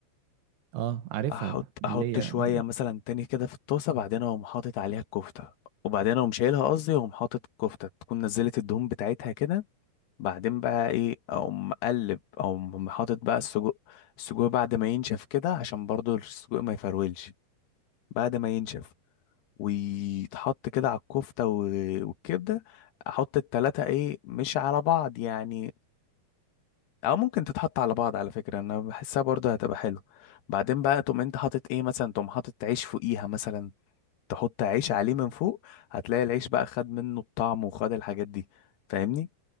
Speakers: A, on the right (about 75°); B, on the left (about 75°).
A: أه عارفها
B: احط
A: اللي
B: احط
A: هي
B: شويه
A: م-
B: مثلا تاني كده في الطاسه بعدين اقوم حاطط عليها الكفته وبعدين اقوم شايلها قصدي واقوم حاطط الكفته تكون نزلت الدهون بتاعتها كده بعدين بقى ايه اقوم مقلب او حاطط بقى السجق السجق بعد ما ينشف كده عشان برضو السجق ما يفرولش بعد ما ينشف ويتحط كده على الكفتة و- والكبدة احط التلاتة ايه مش على بعض يعني او ممكن تتحط على بعض على فكرة انا بحسها برضو هتبقى حلو بعدين بقى تقوم انت حاطط ايه مثلا تقوم حاطط عيش فوقيها مثلا تحط عيش عليه من فوق هتلاقي العيش بقى خد منه الطعم وخد الحاجات دي فاهمني